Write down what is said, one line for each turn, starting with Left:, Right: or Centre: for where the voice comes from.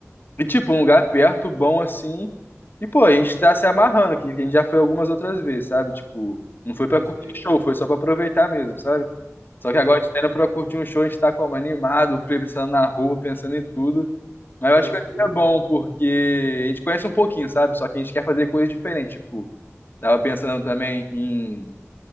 Left: E, tipo, um lugar perto, bom, assim, e, pô, a gente tá se amarrando aqui, que a gente já foi algumas outras vezes, sabe? Tipo, não foi pra
Right: Pode
Left: curtir
Right: crer.
Left: show, foi só pra aproveitar mesmo, sabe? Só
Right: Aham,
Left: que agora a gente tá indo pra curtir um show, a gente tá como animado, pensando na roupa, pensando em tudo. Mas
Right: <laughs>
Left: eu
Right: Pode
Left: acho que vai
Right: crer.
Left: ser bom, porque a gente conhece um pouquinho, sabe? Só que a gente quer fazer coisas diferentes, tipo, Tava pensando também em